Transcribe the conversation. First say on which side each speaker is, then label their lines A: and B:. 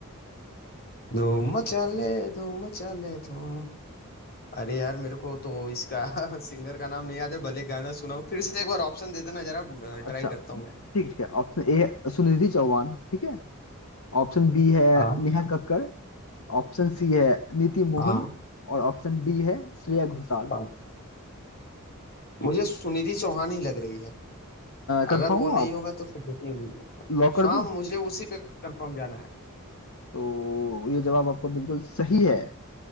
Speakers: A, on the left (about 45°); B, on the left (about 70°).
A: धूम मचा ले धूम मचा ले धूम अरे यार मेरे को तो इसका <laughs> सिंगर का नाम नहीं याद है भले गाना सुनाओ फिर से एक बार ऑप्शन दे देना जरा
B: अच्छा
A: ट्राई करता हूँ
B: ठीक
A: मैं
B: ठीक है ऑप्शन ए है सुनिधि चौहान ठीक है ऑप्शन बी है
A: हाँ
B: नेहा कक्कड़ ऑप्शन सी है नीति मोहन
A: हाँ
B: और ऑप्शन डी है श्रेया घोषाल
A: हाँ। मुझे सुनिधि चौहान ही लग रही है अगर
B: कंफर्म
A: वो
B: हो
A: नहीं
B: आप
A: होगा तो फिर नितिन
B: लॉक कर
A: हाँ
B: दूं
A: मुझे उसी पे कंफर्म जाना है
B: तो ये जवाब आपका बिल्कुल सही है